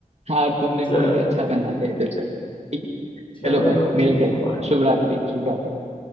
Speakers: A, on the right; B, on the left.
A: हाँ, और तुमने मूड
B: चलो
A: भी अच्छा बना
B: ठीक
A: दिया है, तो चलो ठीक है।
B: चलो
A: चलो भाई मिलते
B: ठीक
A: हैं
B: है बाय
A: शुभ रात्रि शुभ
B: बाय।
A: रात्रि